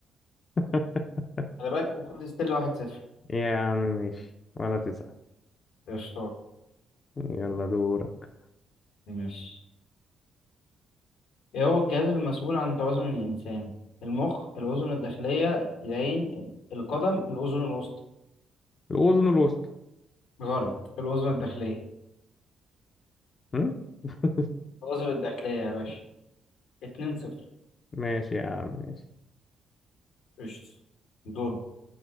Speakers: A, on the left; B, on the left.
A: <laughs>
B: خلي بالك المفروض ستيل واحد صفر
A: يا عم ماشي ولا تزعل
B: قشطات
A: يلا دورك
B: ماشي ايه هو الجهاز المسؤول عن توازن الإنسان المخ الأذن الداخلية العين القدم الأذن الوسطى
A: الأذن الوسطى
B: غلط الأذن الداخلية
A: م? <laughs>
B: الأذن الداخلية يا باشا اتنين صفر
A: ماشي يا عم ماشي
B: قشطة دورك